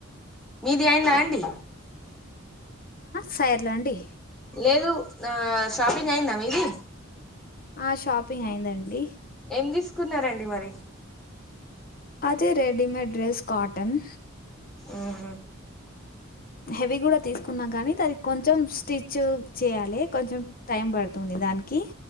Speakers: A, in the centre; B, on the left (about 45°).
A: మీది అయిందా అండి
B: సార్లా అండి
A: లేదు ఆ షాపింగ్ అయిందా మీ ది
B: ఆ షాపింగ్ అయిందండి
A: ఏం తీసుకున్నారండి మరి
B: అది రెడిమేడ్ డ్రెస్ కాటన్
A: ఉ హా
B: హెవీ కూడా తీసుకున్నాం గానీ దాని కొంచెం తెచ్చు చేయాలి కొంచెం టైం పడుతుంది దానికి